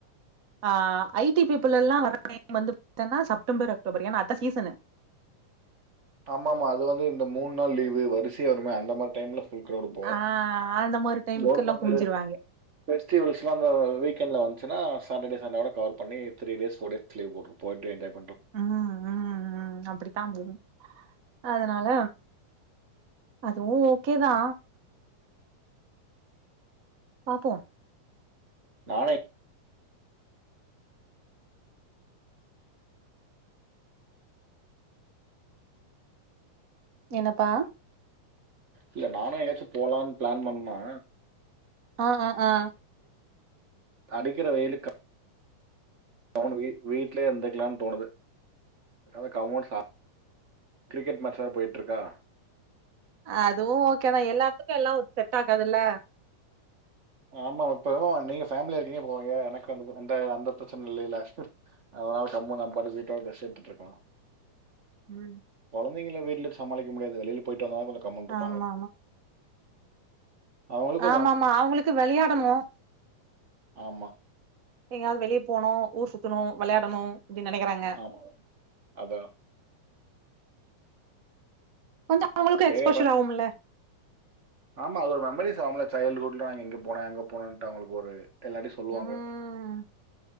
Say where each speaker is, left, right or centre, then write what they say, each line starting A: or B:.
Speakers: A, on the right; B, on the right.
A: ஆ ஐ டி பீபிள் எல்லா வர டைம் வந்து பாத்தன்னா செப்டம்பர் அக்டோபர் ஏன்னா அத சீசனு
B: ஆமா ஆமா அது வந்து இந்த மூணு நாள் லீவு வரிசையா வருமே அந்த மாரி டைம்ல குழுக்களா இருப்போ
A: ஆ அந்த மாரி டைமுக்கு
B: போர்
A: எல்லாம்
B: பன்னு
A: குமிஞ்சிருவாங்க
B: பெஸ்டிவல்ஸ் எல்லா இந்த வீக்கண்ட்ல வந்து ஏன்னா சாட்டர்டே சண்டே வோட கவர் பண்ணி three days four days leave போடணு போயிட்டே என்ஜாய் பண்ணு
A: ஆ அ ஆ அப்படித்தா போது அதனால அதுவு ஓகே தா பாப்போ
B: நானே
A: என்னப்பா
B: இல்ல நானே ஏங்காச்சு போலான்னு பிளான் பண்ண
A: ஆ ஆ
B: அடிக்கிற வெயிலுக்கு அவங்க வீ வீட்லயே இருந்துகலாம்னு தோணுது அதா கம்முனு சா கிரிக்கெட் மேட்ச்யாது போயிட்டு இருக்கா
A: அதுவு ஓகேதா எல்லாத்துக்கு எல்லா செட் ஆகாதுல்ல
B: ஆமா மா இப்போ நீங்க ஃபேமிலியா இருக்கீங்க போவீங்க எனக்கு வந்து அந்த அந்த பிரச்சன இல்ல இல்லல அதனால கம்முனு நாபாட்டு வீட்டோட ரெஸ்ட் எடுத்துட்டு இருக்கலா
A: உம்
B: குந்தைங்கள வீட்ல வச்சி சமாளிக்க முடியாது வெளியில போயிட்டு வந்தாதா கொஞ்சோ கம்முனு இருப்பாங்க
A: ஆமா
B: அவங்களுக்கு
A: ஆம ஆமா அவங்களுக்கு விளையாடணு
B: ஆமா
A: எங்கயாவது வெளியே போனு ஊர் சுத்தணு விளையாடணு இப்படி நெனைக்கிறாங்க
B: ஆமாம் அதான்
A: கொஞ்சோ அவங்களுக்கு
B: சரி
A: எக்ஸ்போஷல்
B: அப்ப
A: ஆகும்ல
B: ஆமா அது ஒரு மெமரிஸ் ஆவுல சைல்டுகுட்ல நா இங்க போன அங்க போனன்ட்டு அவங்களுக்கு ஒரு எல்லார்டையு சொல்லுவாங்க
A: ம்